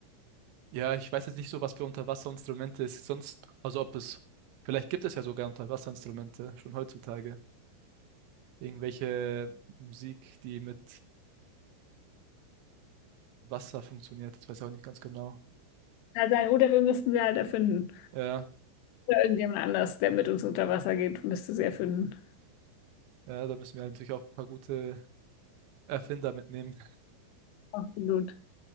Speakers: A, on the right (about 70°); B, on the left (about 80°).
A: ja, ich weiß jetzt nicht so, was für Unterwasserinstrumente es sonst, also ob es, vielleicht gibt es ja sogar Unterwasserinstrumente schon heutzutage. Irgendwelche Musik, die mit Wasser funktioniert. ich weiß ich auch nicht ganz genau.
B: Also, oder wir müssten sie halt erfinden.
A: Ja,
B: Oder irgendjemand anders, der mit uns unter Wasser geht, müsste sie erfinden.
A: ja, da müssen wir natürlich auch ein paar gute Erfinder mitnehmen.
B: Absolut.